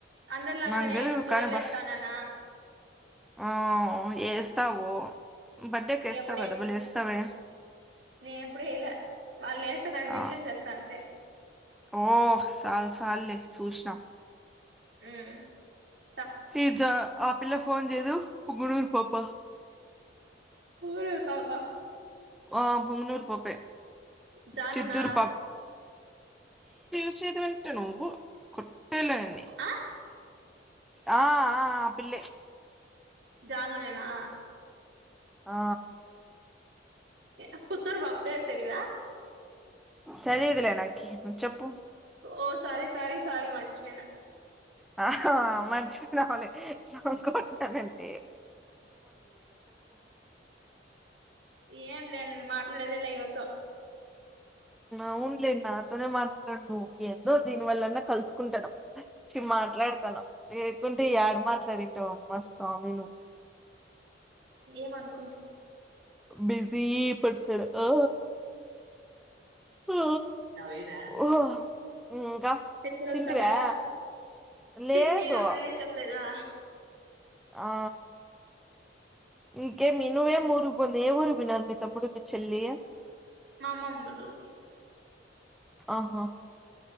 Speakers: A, on the right; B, in the centre.
A: అందరిలాగా
B: నాకు
A: నేను
B: తెలీదు
A: ఏమైనా స్టోరీలు
B: కానీ బా
A: వేస్తాననా
B: ఆ ఏస్తావు బడ్డేకి ఎస్తావ్
A: ఎప్పుడు
B: కదా
A: వేసిన
B: బలేస్తావే
A: నేను ఎప్పుడు వేయలే వాళ్ళు వేస్తే దాన్ని మెన్షన్
B: ఆ
A: చేస్తా అంతే
B: ఓ సాల్ సాల్లే చూసిన
A: మ్మ్
B: ఫిజ్జా ఆ పిల్ల ఫోన్ చేయదు పుంగనూరు పాప
A: పుంగనూరు పాప
B: ఆ పొంగనూరు పాపే
A: జాను
B: చిత్తూరు
A: నా
B: <inaudible> కుట్టాల్ధాన్ని
A: ఆ
B: ఆ ఆ పిల్లే
A: జనునేేనా
B: ఆ
A: ఏ పుత్తూరు పాప పేర్ తెలిదా
B: సర ఇదలే నాకి చెప్ప
A: ఓ సారి సారీ సారీ మర్చిపోయిన
B: హః ఆవున్ మ జవ ఇంక పట్టనండి
A: ఏం లే నను మాట్లాడేదిలా ఇవరితో
B: అవునులేం నాతోనే మాట్లాడు నువ్వు ఏదో దీనివల్లన్నా కలుసుకుంటాను చి మాట్లాడుతాను లేకుంటే ఏడ మాట్లాడింటావో మా స్వామినువ్
A: ఏమంత
B: బిజీ పడు సర ఆ ఆ
A: చవి వ
B: ఆ. ఇంకా
A: ఎంత రసందా
B: తింటివా లేదు
A: తిను అప్పుడ చెప్పలేదా
B: ఆ ఇంకేం ఇనువేం ఊరుకి పోంది ఏ ఊరు వి నర్మి త ముడు మీ చెల్రీ
A: మామ మబళూరుకి
B: ఆహా